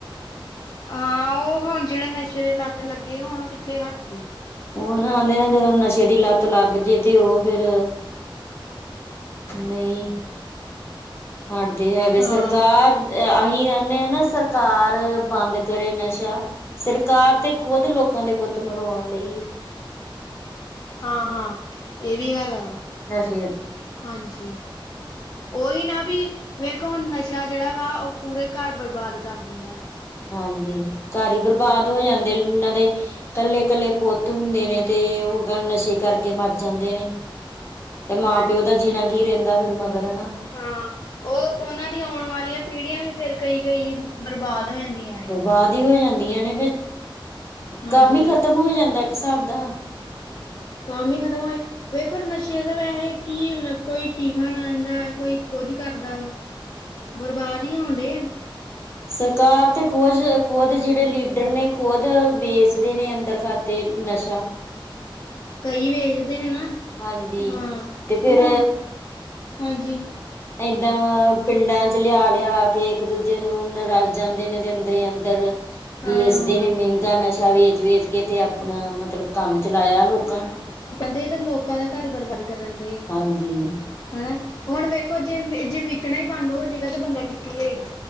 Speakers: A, on the left; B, on the left.
A: ਹਾਂ। ਉਹ ਹੁਣ ਜਿਹੜੇ ਨਸ਼ੇ ਦੇ ਲੱਤ ਲੱਗੇ। ਹੁਣ ਉਹ ਕਿੱਥੇ ਹੱਟਦੇ
B: ਉਹ ਨਾ ਹਲੇ ਨਾ ਜਦੋਂ ਨਸ਼ੇ ਦੀ ਲੱਤ ਲੱਗ ਜੇ। ਤੇ ਉਹ ਫੇਰ ਨਹੀਂ ਹਟਦੇ ਹੈਗੇ
A: ਹਾਂ
B: ਸਰਕਾਰ ਅਸੀਂ ਆਨੇ ਹਾਂ ਨਾ ਸਰ ਸਰਕਾਰ ਬੰਦ ਕਰੇ ਨਸ਼ਾ ਸਰਕਾਰ ਤੇ ਖੁਦ ਲੋਕ ਨਾਲੇ ਪੁੱਤ ਮਰਵਾਉਣ ਡਈ ਆ।
A: ਹਾਂ ਹਾਂ ਇਹ ਵੀ ਹੈਗਾ ਵਾ।
B: ਨਸਿੜ
A: ਹਾਂਜੀ। ਉਹੀ ਨਾ ਵੀ ਵੇਖੋ ਹੁਣ ਨਸ਼ਾ ਜਿਹੜਾ ਵਾ ਉਹ ਪੂਰੇ ਘਰ ਬਰਬਾਦ ਕਰ ਦਿੰਦਾ ਵਾ।
B: ਹਾਂਜੀ ਘਰ ਹੀ ਬਰਬਾਦ ਹੋ ਜਾਂਦੇ ਉਹਨਾਂ ਦੇ ਕੱਲੇ-ਕੱਲੇ ਪੁਤ ਹੁੰਦੇ ਨੇ, ਤੇ ਔ ਗ ਨਸ਼ੇ ਕਰਕੇ ਮਰ ਜਾਂਦੇ ਨੇ। ਤੇ ਮਾਂ
A: ਹਾਂਜੀ
B: ਪਿਓ ਦਾ ਜੀਣਾ ਕੀ ਰਹਿੰਦਾ ਫਿਰ ਮਗਰ ਹਨਾ।
A: ਹਾਂ ਉਹ ਉਹਨਾਂ ਦੀ ਆਉਣ ਵਾਲੀਆਂ ਪੀੜੀਆਂ ਵੀ ਫੇਰ ਕਈ ਕਈ ਬਰਬਾਦ ਹੋ ਜਾਂਦੀਆਂ ਨੇ
B: ਬਾਅਦ ਹੀ ਹੋ ਜਾਂਦੀਆਂ ਨੇ ਫ
A: ਹਾਂਜੀ
B: ਕੰਮ ਹੀ ਖਤਮ ਹੋ ਜਾਂਦਾ ਇੱਕ ਹਿਸਾਬ ਦਾ
A: ਕੰਮ ਹੀ ਖਤਮ ਹੋਏ। ਵੇਖੋ, ਨਸ਼ੇ ਦਾ ਵੈਹੇ ਕੀ ਮਤਲਬ ਕੋਈ ਟੀਕਾ ਲਾ ਲੈਂਦਾ ਐ, ਕੋਈ ਕੁੱਝ ਕਰਦਾ ਵਾ। ਬਰਬਾਦ ਹੀ, ਹੋੱਣ ਡੇ ਆ।
B: ਸਰਕਾਰ, ਤੇ ਖੋਜ ਖੋਦ ਜੜੇ ਲੀਡਰ ਨੇ ਖੋਦ ਵੇਚਦੇ ਨੇ ਅੰਦਰ ਖਾਤੇ। ਅਤੇ ਨਸ਼ਾ
A: ਕਈ ਵੇਖਦੇ ਨੇ, ਨਾ
B: ਹਾਂਜੀ
A: ਹਾਂ
B: ਤੇ ਫਿਰ
A: ਹੁਣ, ਹਾਂਜੀ।
B: ਏਦਾਂ ਵਾ, ਪਿੰਡਾਂ ਚ ਲਿਆ-ਲਿਆ ਕੇ ਏੱਕ-ਦੂਜੇ ਨੂੰ ਨ ਰਲ ਜਾਂਦੇ ਨੇ, ਦੇ ਅੰਦਰ ਈ ਅੰਦਰ।
A: ਹਾਂ
B: ਵੇਚਦੇ
A: ਹਾਂ
B: ਨੇ ਮੇਂਗਾ ਨਸ਼ਾ ਵੇਚ-ਵੇਚ ਕੇ, ਤੇ ਆਪਣਾ ਮਤਲਬ, ਕੰਮ ਚਲਾਆ ਲੋਕਾਂ ਨੇ।
A: ਆਪਾਂ ਤਾਂ ਇਧਰ ਲੋਕਾਂ ਦਾ ਘਰ ਬਰਬਾਦ ਕਰਨ ਡ
B: ਹਾਂਜੀ
A: ਹਨਾ ਹੁਣ ਵੇਖੋ ਜੇ ਜੇ ਵਿਕਣਾ ਹੀ ਬੰਦ ਹੋ ਜਾਏਗਾ ਤੇ ਬੰਦਾ ਕਿੱਥੋਂ ਲਏਗਾ।